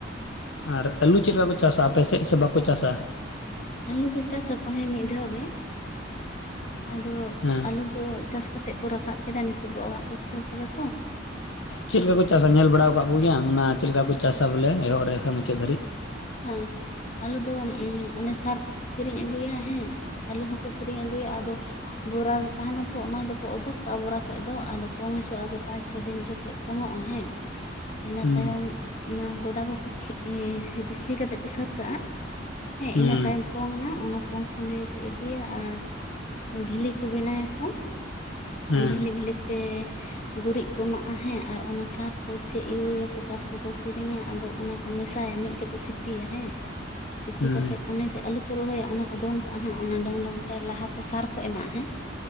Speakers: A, on the left; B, on the left.
A: ᱟᱨ ᱟᱹᱞᱩ ᱪᱮᱫ ᱞᱮᱠᱟ ᱠᱚ ᱪᱟᱥᱟ ᱟᱯᱮᱥᱮᱫ ᱥᱮ ᱵᱟᱠᱚ ᱪᱟᱥᱟ?
B: ᱟᱹᱞᱩ ᱫᱚ ᱪᱟᱥᱟᱚ ᱦᱮᱸ ᱢᱤᱫ ᱫᱷᱟᱣ ᱜᱮ ᱟᱫᱚ
A: ᱦᱮᱸ
B: ᱟᱹᱞᱩ ᱚ ᱪᱟᱥ ᱠᱟᱛᱮᱜ ᱠᱚ ᱨᱟᱠᱟᱵ ᱠᱮᱫᱟ ᱱᱤᱛᱳ ᱫᱚ ᱚᱲᱟᱜ ᱠᱚ ᱠᱷᱳᱣ ᱟᱠᱟᱫᱟ ᱛᱚ᱾
A: ᱪᱮᱫ ᱠᱚ ᱪᱟᱥᱟ ᱧᱮᱞ ᱵᱟᱲᱟ ᱟᱠᱟᱫ ᱠᱚᱜᱮᱭᱟ ᱚᱱᱟ ᱪᱮᱫ ᱞᱮᱠᱟ ᱠᱚ ᱪᱟᱥᱟ ᱵᱚᱞᱮ ᱮᱦᱚᱵ ᱨᱮᱠᱷᱟᱱ ᱢᱩᱪᱟᱹᱫ ᱫᱷᱟᱹᱨᱤᱡ
B: ᱦᱮᱸ ᱟᱞᱮ ᱫᱚ ᱚᱱᱮ ᱥᱟᱨ ᱠᱚᱠᱚ ᱠᱤᱨᱤᱧ ᱟᱹᱜᱩᱭᱟ ᱦᱮᱸ ᱟᱹᱞᱩ ᱦᱚᱸᱠᱚ ᱠᱤᱨᱤᱧ ᱟᱹᱜᱩᱭᱟ ᱟᱫᱚ ᱵᱚᱨᱟ ᱨᱮ ᱛᱟᱦᱮᱱᱟ ᱛᱚ᱾ ᱚᱱᱟ ᱫᱚ ᱠᱚ ᱚᱰᱩᱠ ᱠᱟᱜᱼᱟ ᱵᱚᱨᱟ ᱠᱷᱚᱡ ᱫᱚ ᱟᱫᱚ ᱯᱚᱝ ᱦᱚᱪᱚᱣᱟᱜᱼᱟᱚ ᱯᱟᱸᱪ ᱪᱷᱚ ᱫᱤᱱ ᱡᱚᱠᱷᱚᱱ ᱯᱚᱝᱚᱜᱼᱟ ᱦᱮᱸ ᱤᱱᱟᱹ
A: ᱦᱩᱸ
B: ᱛᱟᱭᱚᱢ ᱚᱱᱟ ᱜᱚᱰᱟ ᱠᱚᱠᱚ <inaudible> ᱥᱤᱥᱤ ᱠᱟᱛᱮ ᱠᱚ ᱥᱟᱹᱛ ᱠᱟᱜᱼᱟ ᱦᱮᱸ
A: ᱦᱩᱸ
B: ᱤᱱᱟᱹ ᱛᱟᱭᱚᱢ ᱯᱚᱝ ᱮᱱᱟ ᱚᱱᱟ ᱯᱚᱝ ᱥᱚᱸᱜᱮ ᱜᱮᱠᱚ ᱤᱫᱤᱭᱟ ᱟᱨ ᱵᱷᱤᱞᱤ ᱠᱚ ᱵᱮᱱᱟ ᱭᱟᱠᱚ
A: ᱦᱩᱸ
B: ᱵᱷᱤᱞᱤ ᱵᱷᱤᱞᱤ ᱛᱮ ᱜᱩᱨᱤᱡ ᱠᱚ ᱮᱢᱟᱜᱼᱟ ᱦᱮᱸ ᱟᱨ ᱚᱱᱟ ᱥᱟᱨ ᱠᱚ ᱪ ᱤᱭᱩᱨᱤᱭᱟ ᱯᱚᱴᱟᱥ ᱠᱚ ᱠᱚ ᱠᱤᱨᱤᱧᱟ ᱟᱫᱚ ᱚᱱᱟ ᱢᱮᱥᱟᱭᱟ ᱢᱤᱫᱴᱮᱡ ᱠᱚ ᱥᱤᱯᱤᱭᱟ ᱦᱮᱸ ᱥᱤᱯᱤ
A: ᱦᱩᱸ
B: ᱠᱟᱛᱮ ᱚᱱᱮ ᱡᱮ ᱟᱞᱩ ᱠᱚ ᱨᱚᱦᱚᱭᱟ ᱚᱱᱟ ᱠᱚ ᱰᱚᱝ ᱠᱟᱜᱼᱟ ᱦᱟᱸᱜ ᱚᱱᱟ ᱰᱚᱝ ᱰᱚᱝ ᱛᱮ ᱞᱟᱦᱟ ᱛᱮ ᱥᱟᱨ ᱠᱚᱼ ᱠᱚ ᱮᱢᱟᱜ ᱦᱮ᱾